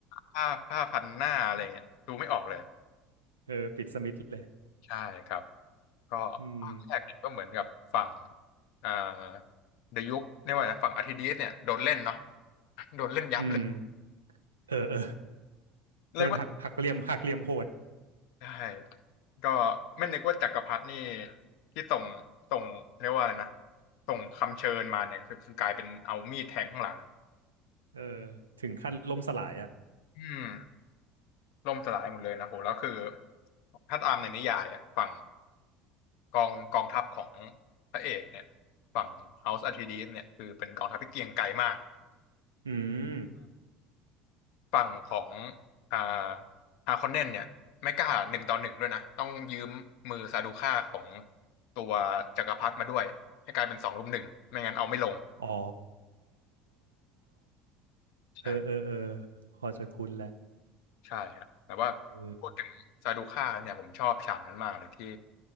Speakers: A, on the left; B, on the right.
A: ผ้าผ้าพันหน้าอะไรเงี้ยดูไม่ออกเลย
B: เออปิดสมิธเลย
A: ใช่ครับก็ภาคแรกเนี่ยก็เหมือนกับฝั่ง
B: อืม
A: อ่าเดยุคเนี่ยกว่านะฝั่งอาร์ทิดีสเนี่ยโดนเล่นเนาะ <laughs> โดนเล่นยับเลย
B: อืมเออเออ
A: เรียกว่า
B: โดนหักหักเหลี่ยมหักเหลี่ยมโหด
A: ใช่ก็ไม่นึกว่าจักรพรรดินี่ที่ส่งส่งเรียกว่าอะไรนะส่งคำเชิญมาเนี่ยคือคือกลายเป็นเอามีดแทงข้างหลัง
B: เออถึงขั้นล่มสลายอ่ะ
A: อืมล่มสลายหมดเลยนะโหแล้วคือถ้าตามในนิยายอ่ะฝั่งกองกองทัพของพระเอกเนี่ยฝั่ง House Atreides เนี่ยคือเป็นกองทัพที่เกรียงไกรมาก
B: อืม
A: ฝั่งของอ่าฮาคอนเนนเนี่ยไม่กล้าหนึ่งต่อหนึ่งด้วยนะต้องยืมมือซาดูค่าของตัวจักรพรรดิมาด้วยให้กลายเป็นสองรุมหนึ่งไม่งั้นเอาไม่ลง
B: อ๋อ
A: ใช่
B: เออ เออเออพอจะคุ้นแหละ
A: ใช่ฮะแต่ว่า
B: เออ
A: พูดถึงซาดูค่าเนี่ยผมชอบฉากนั้นมากเลยที่